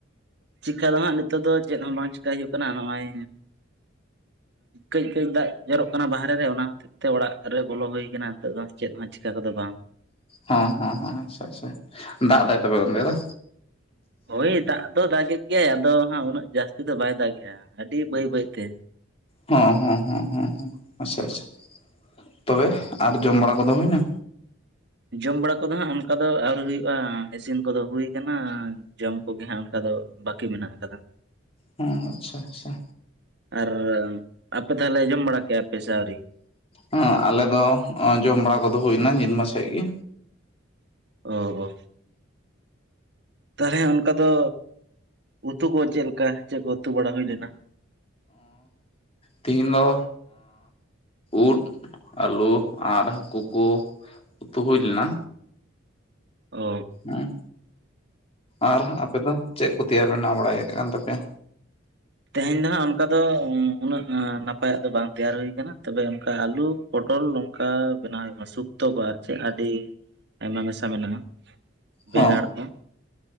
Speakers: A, on the right; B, on the left.
A: ᱪᱤᱠᱟ ᱫᱚ ᱦᱟᱸᱜ ᱱᱤᱛᱚᱜ ᱫᱚ ᱪᱮᱫ ᱦᱚᱸ ᱵᱟᱝ ᱪᱤᱠᱟᱹᱭ ᱦᱩᱭᱩᱜ ᱠᱟᱱᱟ ᱱᱚᱜᱼᱚᱭ ᱠᱟᱹᱡᱠᱡ ᱫᱟᱜ ᱡᱚᱨᱚᱜ ᱠᱟᱱᱟ ᱵᱟᱦᱨᱮ ᱨᱮ ᱚᱱᱟ ᱪ ᱛᱮ ᱚᱲᱟᱜ ᱨᱮ ᱵᱚᱞᱚ ᱦᱩᱭ ᱟᱠᱟᱱᱟ ᱱᱤᱛᱚᱜ ᱫᱚ ᱪᱮᱫ ᱦᱚᱸ ᱪᱤᱠᱟ ᱠᱚᱫᱚ ᱵᱟᱝ᱾
B: ᱦᱚ ᱦᱚ ᱟᱪᱪᱷᱟ ᱟᱪᱪᱷᱟ ᱫᱟᱜ ᱮ ᱫᱟᱭ ᱛᱚᱵᱮ ᱚᱱᱛᱮ ᱫᱚ?
A: ᱦᱳᱭ ᱫᱟᱜ ᱫᱚ ᱫᱟᱜᱮᱫ ᱜᱮᱭᱟᱭ ᱟᱫᱚ ᱦᱟᱸᱜ ᱩᱱᱟᱹᱜ ᱡᱟᱹᱥᱛᱤ ᱫᱚ ᱵᱟᱭ ᱫᱟᱜ ᱮᱼᱟ ᱟᱹᱰᱤ ᱵᱟᱹᱭ ᱵᱟᱹᱭᱛᱮ
B: ᱦᱮᱸ ᱦᱮᱸ ᱟᱪᱪᱷᱟ ᱟᱪᱪᱷᱟ ᱛᱚᱵᱮ ᱟᱨ ᱡᱚᱢ ᱵᱟᱲᱟ ᱠᱚᱫᱚ ᱦᱩᱭᱮᱱᱟ᱾
A: ᱡᱚᱢ ᱵᱟᱲᱟ ᱠᱚᱫᱚ ᱦᱟᱸᱜ ᱚᱱᱠᱟ ᱫᱚ ᱟᱹᱣᱨᱤ ᱦᱩᱭᱩᱜᱼᱟ, ᱤᱥᱤᱱ ᱠᱚᱫᱚ ᱦᱩᱭ ᱟᱠᱟᱱᱟ᱾ ᱡᱚᱢ ᱠᱚᱜᱮ ᱦᱟᱸᱜ ᱚᱱᱠᱟ ᱫᱚ ᱵᱟᱹᱠᱤ ᱢᱮᱱᱟᱜ ᱟᱠᱟᱫᱟ᱾
B: ᱦᱮᱸ ᱟᱪᱪᱷᱟ ᱟᱪᱪᱷᱟ
A: ᱟᱨ ᱟᱯᱮ ᱛᱟᱦᱚᱞᱮ ᱡᱚᱢ ᱵᱟᱲᱟ ᱠᱮᱜᱭᱟ ᱯᱮ ᱥᱮ ᱟᱹᱣᱨᱤ?
B: ᱦᱮᱸ ᱟᱞᱮ ᱫᱚ ᱡᱚᱢ ᱵᱟᱲᱟ ᱠᱚᱫᱚ ᱦᱩᱭᱱᱟ ᱧᱤᱫᱢᱟ ᱥᱮᱫ ᱜᱮ
A: ᱚ ᱚ ᱛᱟᱦᱚᱞᱮ ᱚᱱᱠᱟ ᱫᱚ ᱩᱛᱩ ᱠᱚ ᱪᱮᱫ ᱞᱮᱠᱟ ᱪᱮᱫ ᱠᱚ ᱩᱛᱩ ᱵᱟᱲᱟ ᱦᱩᱭ ᱞᱮᱱᱟ?
B: ᱛᱮᱦᱤᱧ ᱫᱚ ᱩᱫ ᱟᱹᱞᱩ ᱟᱨ ᱦᱟᱹᱠᱩ ᱠᱩ ᱩᱛᱩ ᱦᱩᱭ ᱞᱮᱱᱟ᱾
A: ᱚ
B: ᱦᱮᱸ ᱟᱨ ᱟᱯᱮ ᱫᱚ ᱪᱮᱫ ᱠᱚ ᱛᱮᱭᱟᱨ ᱵᱮᱱᱟᱣ ᱵᱟᱲᱟᱭᱮᱫ ᱠᱟᱱ ᱛᱟᱯᱮᱭᱟ?
A: ᱛᱮᱦᱮᱧ ᱫᱚᱦᱟᱸᱜ ᱚᱱᱠᱟ ᱫᱚ ᱩᱱᱟᱹᱜ ᱱᱟᱯᱟᱭᱟᱜ ᱫᱚ ᱵᱟᱝ ᱛᱮᱭᱟᱨ ᱦᱩ ᱟᱠᱟᱱᱟ, ᱛᱚᱵᱮ ᱚᱱᱠᱟ ᱟᱞᱩ ᱯᱚᱴᱚᱞ ᱱᱚᱝᱠᱟ ᱵᱮᱱᱟᱣ ᱥᱩᱠᱛᱚ ᱠᱚ ᱪᱮᱫ ᱟᱹᱰᱤ ᱟᱭᱢᱟ ᱢᱮᱥᱟ ᱢᱮᱱᱟᱜᱼᱟ᱾ ᱵᱮᱸᱜᱟᱲ
B: ᱦᱮ
A: ᱠᱚ